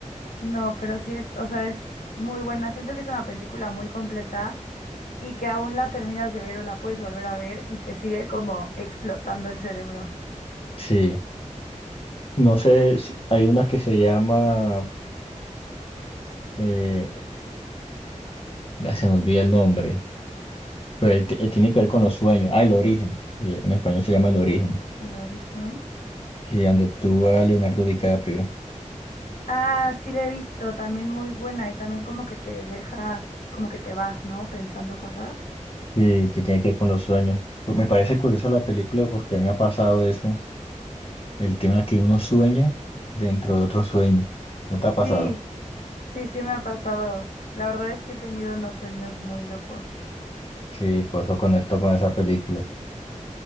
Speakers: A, on the left; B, on the left.
A: No, pero sí es, o sea, es muy buena. Siento que es una película muy completa y que aún la terminas de ver o la puedes volver a ver y te sigue como explotando el cerebro.
B: Sí. No sé, si- hay una que se llama, eh, ya se me olvida el nombre. Pero ahí t- eh, tiene que ver con los sueños. Ah, el origen. Sí, En español se llama El origen.
A: El origen.
B: Que donde actúa Leonardo DiCaprio.
A: Ah, sí la he visto, también muy buena y también como que te deja, como que te vas, ¿no? Pensando cosas.
B: Sí, que tiene que ver con los sueños. Pues me parece curiosa la película porque a mí me ha pasado eso. El tema que uno sueña dentro de otro sueño. ¿No te ha pasado?
A: Sí. Sí, sí me ha pasado. La verdad es que he tenido unos sueños muy locos.
B: Sí, por eso conecto con esa película.